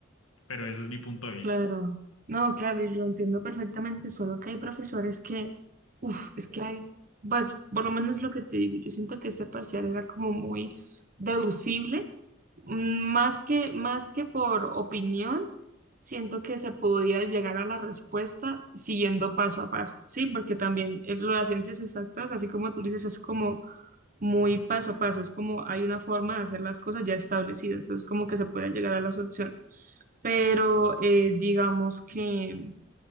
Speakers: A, on the left (about 85°); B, on the right (about 40°).
A: Pero ese es mi punto de vista.
B: Claro, no, claro, y lo entiendo perfectamente, solo que hay profesores que, uff, es que hay, pues, por lo menos lo que te digo, yo siento que este parcial era como muy deducible, mm, más que, más que por opinión, siento que se podía llegar a la respuesta siguiendo paso a paso, ¿sí? Porque también eh, lo de las ciencias exactas, así como tú dices, es como muy paso a paso, es como hay una forma de hacer las cosas ya establecida, entonces como que se puede llegar a la solución pero eh, digamos que